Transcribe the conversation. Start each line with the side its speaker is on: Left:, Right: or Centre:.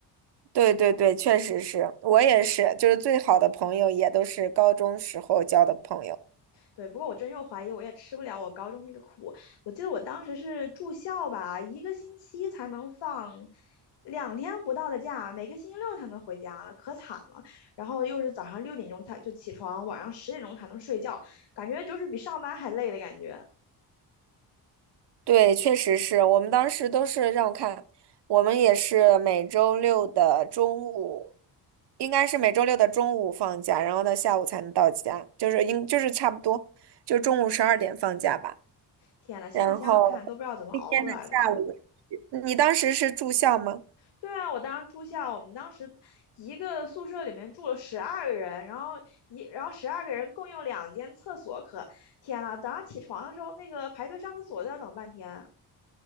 Right: 对对对，确实是我也是，就是最好的朋友也都是高中时候交的朋友。
Left: 对，不过我真又怀疑，我也吃不了我高中那个苦。我记得我当时是住校吧，一个星期才能放两天不到的假，每个星期六才能回家，可惨了。然后又是早上六点钟才就起床，晚上十点钟才能睡觉，感觉就是比上班还累的感觉。
Right: 对，确实是我们当时都是让我看，我们也是每周六的中午，应该是每周六的中午放假，然后到下午才能到家，就是应就是差不多，就中午十二点放假吧。
Left: 天呐，现在想想看，
Right: 然后
Left: 都不知道怎么熬过来的。
Right: 那天的下午，你当时是住校吗？
Left: 对啊，我当时住校，我们当时一个宿舍里面住了十二个人，然后一然后十二个人共用两间厕所可，天呐，早上起床的时候，那个排队上厕所都要等半天，